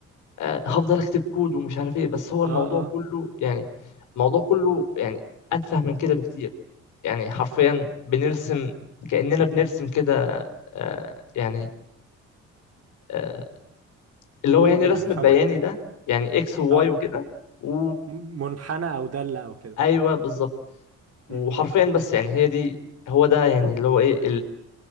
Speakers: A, on the left (about 80°); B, on the right (about 55°).
A: آه، هفضل اكتب كود ومش عارف ايه بس هو الموضوع
B: أه أه
A: كله يعني الموضوع كله يعني اتفه من كده بكتير يعني حرفيا بنرسم كأننا بنرسم كده آه، يعني آه، اللي
B: قول
A: هو يعني
B: قول
A: رسم
B: هفهمك
A: بياني ده يعني اكس وواي
B: أه
A: وكده و
B: م- منحنى أو دالة أو كده
A: ايوه بالظبط وحرفيا
B: مم.
A: بس يعني هي دي هو ده يعني اللي هو ايه